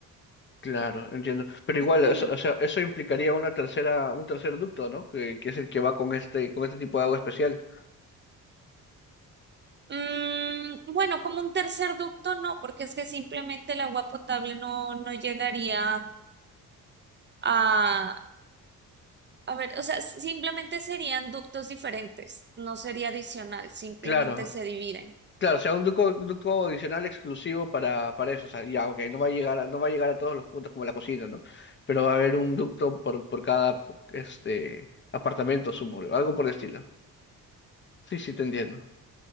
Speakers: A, on the left; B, on the right.
A: claro, entiendo. Pero igual,
B: <clears throat>
A: eso, o sea, eso implicaría una tercera, un tercer ducto, ¿no? Que, que es el que va con este, con este tipo de agua especial.
B: Mm, bueno, como un tercer ducto no, porque es que simplemente el agua potable no, no llegaría a... A ver, o sea, si, simplemente serían ductos diferentes, no sería adicional, simplemente
A: Claro,
B: se dividen.
A: Claro, o sea, un ducto, un ducto adicional exclusivo para, para eso. O sea, ya, ok, no va a llegar a, no va a llegar a todos los puntos como la cocina, ¿no? Pero va a haber un ducto por, por cada este apartamento, sumo, algo por el estilo. Sí, sí, te entiendo.